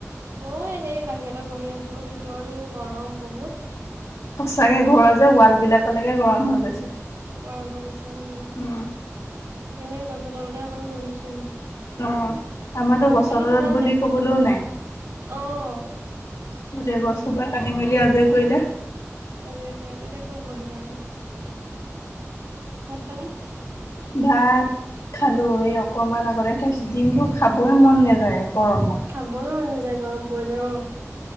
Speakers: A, on the right (about 70°); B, on the left (about 80°).
A: মও এনেই বাহিৰতে বহি আছো ভিতৰতো গৰম বহুত।
B: সঁচাকে ঘৰৰ যে ৱাল বিলাকলৈকে গৰম হৈ গৈছে।
A: পৰা আৰম্ভ কৰিছে উম সেইকাৰণে
B: উম
A: গছৰ তলতে অকণ বহিছোহি
B: অহ, আমাৰতো
A: ভাত
B: গছৰ
A: পানী
B: তলত
A: খালা
B: বুলি
A: নাই?
B: কবলৈও নাই
A: অ',
B: গোটেই গছসোপা
A: সেইটোৱে।
B: কাটি -মেলি আজৰি কৰিলে।
A: আজৰি কৰিলে এতিয়া ক'ত বহিবা আৰু ভাত -পানী
B: ভাত খালো এই অকমান আগতে খাইছো দিন টো খাবই মন নাযায় গৰমত
A: খাবই মন নাযায় গৰম পৰিলে অহ